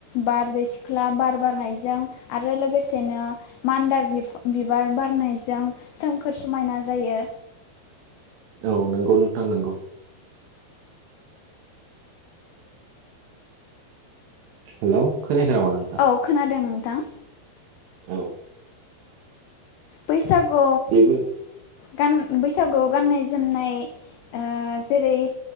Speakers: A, on the left; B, on the right.
A: बारदै सिख्ला बार बारनायजों आरो लोगोसेनो मान्दार बिबार बारनायजों सोमखोर समायना जायो।
B: औ नंगौ नोंथां नंगौ। हेलौ। खोनायाखै नामा नोंथां
A: औ खोनादों नोंथां।
B: औ।
A: बैसागु
B: जेबो
A: गान बैसागुआव गाननाय जोमनाय ओ जेरै